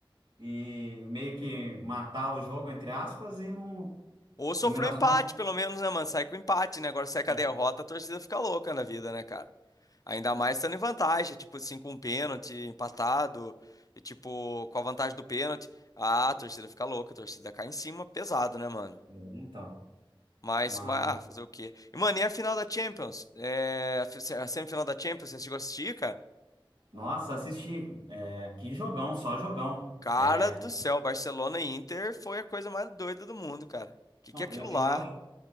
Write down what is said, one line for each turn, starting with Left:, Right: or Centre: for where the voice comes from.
Right: e meio que matar o jogo, entre aspas, e não...
Left: Ou sofreu
Right: E o Mirassol...
Left: empate, pelo menos, né, mano? Sai com empate, né? Agora sai com
Right: É,
Left: a derrota, a torcida fica louca na vida, né, cara? Ainda mais estando em vantagem, tipo assim, com um pênalti empatado, e tipo, com a vantagem do pênalti. Ah, a torcida fica louca, a torcida cai em cima, pesado, né, mano?
Right: é, Então,
Left: Mas,
Right: mas...
Left: mas ah, fazer o quê? E, mano, e a final da Champions? É, a fi- a semifinal da Champions, você chegou a assistir, cara?
Right: Nossa, assisti. É, que jogão, só jogão.
Left: Cara
Right: É,
Left: do céu, Barcelona e Inter foi a coisa mais doida do mundo, cara. Que
Right: não,
Left: que é aquilo
Right: eu, eu
Left: lá?
Right: acho,